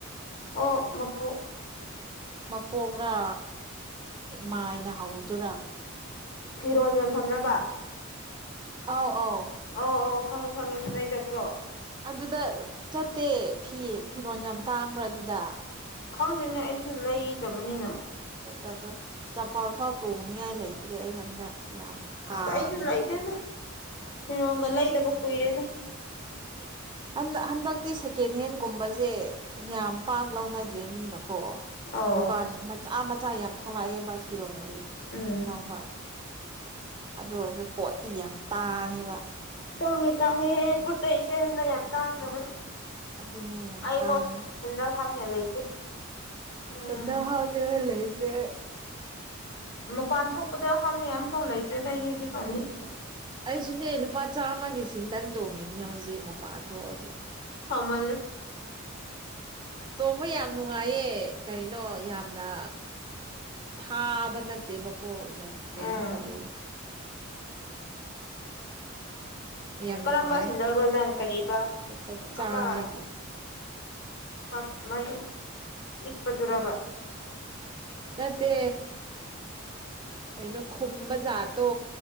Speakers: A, on the left; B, on the right.
A: ꯑꯣ ꯃꯄꯨ
B: ꯃꯄꯣꯛꯔꯥ ꯃꯥꯏꯅ ꯍꯧꯗꯨꯔꯥ
A: ꯐꯤꯔꯣꯟ ꯌꯣꯟꯐꯝꯕ
B: ꯑꯥꯎ ꯑꯥꯎ
A: ꯑꯣ ꯑꯣ ꯈꯪꯉꯤ ꯈꯪꯉꯤ ꯅ ꯆꯠꯄ꯭ꯔꯣ
B: ꯑꯗꯨꯗ ꯆꯠꯇꯦ ꯐꯤ ꯐꯤꯔꯣꯜ ꯌꯥꯝ ꯇꯥꯡꯕ꯭ꯔꯥ ꯑꯗꯨꯗ
A: ꯈꯪꯗꯦꯅꯦ ꯑꯩꯁꯨ ꯂꯩꯗꯕꯅꯤꯅ
B: ꯆꯠꯇꯕ꯭ꯔꯥ ꯆꯄ ꯐꯥꯎ ꯇꯣꯡꯅꯤꯡꯉꯥꯏ ꯂꯩꯇ꯭ꯔꯦ ꯑꯩ ꯍꯟꯗꯛ ꯌꯥꯝ ꯀꯥꯡꯉꯦ
A: ꯑꯩꯁꯨ ꯂꯩꯗꯦꯗ ꯐꯤꯔꯣꯒ ꯂꯩꯗꯕ ꯀꯨꯏꯔꯦꯗ
B: <inaudible> ꯍꯟ ꯍꯟꯗꯛꯇꯤ ꯁꯦꯀꯦꯟ ꯍꯦꯟꯒꯨꯝꯕꯁꯦ ꯌꯥꯝ ꯄꯥꯡ ꯂꯧꯅꯗ꯭ꯔꯦ ꯃꯤꯅꯀꯣ
A: ꯑꯣ
B: ꯗꯨꯀꯥꯟ ꯃꯆꯥ ꯃꯆꯥ ꯌꯥꯝ ꯊꯣꯛꯂꯛꯑꯦꯕ ꯐꯤꯔꯣꯟꯒꯤ
A: ꯎꯝ
B: ꯑꯅꯧꯕ ꯑꯗꯨ ꯑꯣꯏꯔꯁꯨ ꯄꯣꯠꯇꯤ ꯌꯥꯝ ꯇꯥꯡꯉꯦꯕ
A: ꯇꯥꯡꯉꯤ ꯇꯥꯡꯉꯦ ꯄꯣꯠ ꯆꯩꯩꯁꯦ ꯍꯟꯗ ꯌꯥꯝ ꯇꯥꯡꯈ꯭ꯔꯕꯅꯦ
B: ꯑꯗꯨꯅꯦ ꯌꯥꯝ
A: ꯑꯩ
B: ꯇꯥꯡꯉꯦ
A: ꯄꯣꯠꯁꯦ ꯍꯦꯟꯖꯜ ꯍꯥꯅꯦ ꯂꯩꯇꯦ ꯎꯝ
B: ꯇꯗꯣ ꯍꯥꯎꯖ ꯂꯩꯖꯦ
A: ꯃꯄꯥꯟ ꯊꯣꯛꯄꯗ ꯍꯥꯅꯤꯡ ꯑꯃꯐꯥꯎ ꯂꯩꯇ꯭ꯔꯦꯗꯏꯗꯤ ꯍꯧꯖꯤꯛꯀꯥꯟꯗꯤ
B: ꯑꯩꯁꯨꯅꯦ ꯂꯨꯄꯥ ꯆꯥꯝꯃꯒꯤ ꯁꯤꯟꯗꯟ ꯇꯣꯡꯉꯤꯅꯤ ꯍꯧꯖꯤꯛ ꯄꯥꯊꯖꯣꯟ
A: ꯐꯃꯜꯂꯦ
B: ꯇꯣꯝꯕ ꯌꯥꯝ ꯅꯨꯡꯉꯥꯏꯌꯦ ꯀꯔꯤꯅꯣ ꯌꯥꯝꯅ ꯊꯥꯕ ꯅꯠꯇꯦꯕꯀꯣ ꯌꯥꯝꯅ ꯀꯩꯅꯣ
A: ꯎꯝ
B: ꯇꯧꯋꯦꯕ ꯌꯥꯝ
A: ꯀꯔꯝꯕ
B: ꯅꯨꯡꯉꯥꯏ
A: ꯁꯤꯗꯧꯔꯣ ꯅꯪ ꯀꯔꯤꯕ
B: ꯂꯨꯄꯥ ꯆꯥꯝꯃꯒꯤ
A: ꯑꯃ ꯄ ꯃ ꯏꯄꯠꯇꯔꯕ
B: ꯅꯠꯇꯦ ꯀꯩꯅꯣ ꯈꯨꯝꯕ ꯖꯥꯠꯇꯣ